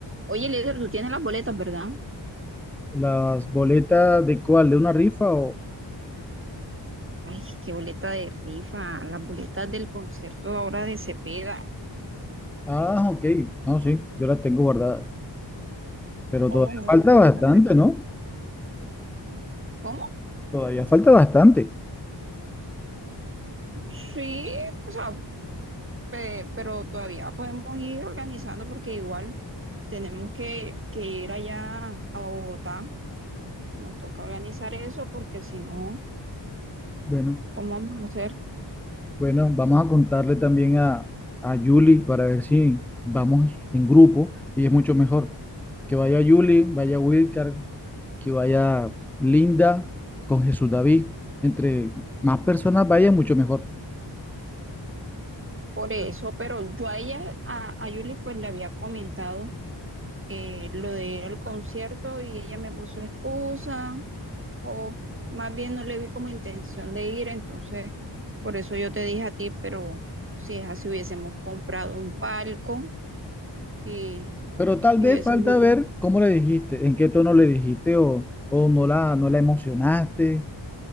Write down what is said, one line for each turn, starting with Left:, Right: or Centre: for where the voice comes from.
Right: Oye, líder, tú tienes las boletas, ¿verdad?
Centre: ¿Las boletas de cuál? ¿De una rifa o...?
Right: Ay, qué boleta de rifa, las boletas del concierto ahora de Cepeda.
Centre: Ah, ok. No, sí, yo las tengo guardadas. Pero
Right: Ojo,
Centre: todavía
Right: no
Centre: falta
Right: las voy
Centre: bastante,
Right: a perder.
Centre: ¿no?
Right: ¿Cómo?
Centre: Todavía falta bastante.
Right: Sí, o sea, pe- pero todavía podemos ir organizando porque igual tenemos que, que ir allá a Bogotá. Nos toca organizar eso porque si no,
Centre: Bueno,
Right: ¿cómo vamos a hacer?
Centre: bueno, vamos a contarle también a, a Yuli para ver si vamos en grupo y es mucho mejor. Que vaya Yuli, vaya Wilcar, que vaya Linda con Jesús David. Entre más personas vaya, mucho mejor.
Right: Por eso, pero yo a ella, a, a Yuli, pues le había comentado eh, lo de ir al concierto y ella me puso excusa o más bien no le vi como intención de ir, entonces por eso yo te dije a ti, pero si es así hubiésemos comprado un palco y,
Centre: Pero tal
Right: y
Centre: vez
Right: hubiésemos...
Centre: falta
Right: ido.
Centre: ver cómo le dijiste, en qué tono le dijiste o, o no la, no la emocionaste.